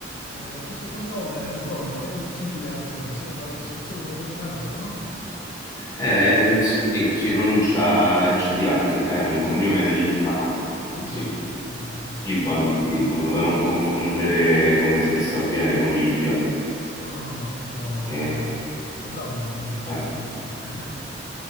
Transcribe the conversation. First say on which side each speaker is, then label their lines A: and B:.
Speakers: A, on the left; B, on the left.
A: Eh, questo cognome, Antonio, El Kidiak, sembra la trascrizione di un cognome arabo, no?
B: Eh, sì, si pronuncia il CDH, è un
A: El
B: cognome
A: Kidiak,
B: del Libano.
A: Libano.
B: Sì,
A: Bello, bello,
B: Libano,
A: bello.
B: Libano, da non confondere come spesso avviene con Libia.
A: No, no, no, no. no.
B: Eh,
A: Sono bravo in geografia, non ti
B: eh,
A: preoccupare.